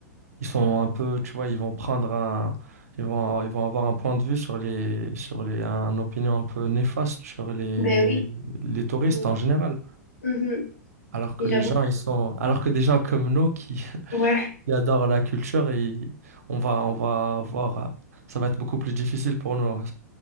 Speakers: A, on the right (about 60°); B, on the left (about 60°).
A: ils sont un peu, tu vois, ils vont prendre un, ils vont ils vont avoir un point de vue sur les sur les, un opinion un peu néfaste sur les
B: ben oui.
A: les touristes
B: Bon.
A: en général.
B: Mhm.
A: Alors que
B: Et
A: les
B: j'avoue,
A: gens,
B: que-
A: ils sont, alors que des gens comme nous qui, <laughs>
B: ouais.
A: qui adorent la culture, et on va, on va avoir, euh, ça va être beaucoup plus difficile pour nous. ouais.